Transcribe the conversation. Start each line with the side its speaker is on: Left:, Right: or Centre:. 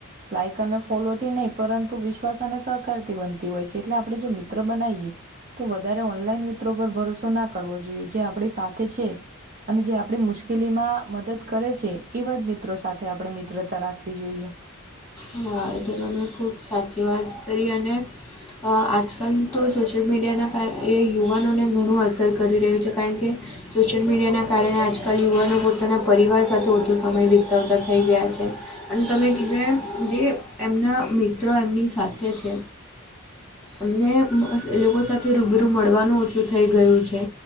Right: લાઈક અને ફોલો થી નહી પરંતુ વિશ્વાસ અને સહકારથી બનતી હોય છે એટલે આપણે જો મિત્ર બનાવીએ તો વધારે ઓનલાઈન મિત્રો પર ભરોસો ના કરવો જોઈએ જે આપણી સાથે છે અને જે આપણી મુશ્કેલી માં મદદ કરે છે એવા જ મિત્રો સાથે આપણે મિત્રતા રાખવી જોઈએ
Centre: હા. એ તો તમે ખુબ સાચી વાત કરી અને, હા. આજકાલ તો સોશિયલ મીડિયાના કારણે એ યુવાનોને ઘણું અસર કરી રહ્યું છે. કારણ કે, સોશિયલ મીડિયાના કારણે આજકાલ યુવાનો પોતાના પરિવાર સાથે ઓછો સમય વિતાવતા થઈ ગયા છે. અને તમે કીધું એમ, જે એમના મિત્રો એમની સાથે છે. અમને એ લોકો સાથે રૂબરૂ મળવાનું ઓછું થઈ ગયું છે.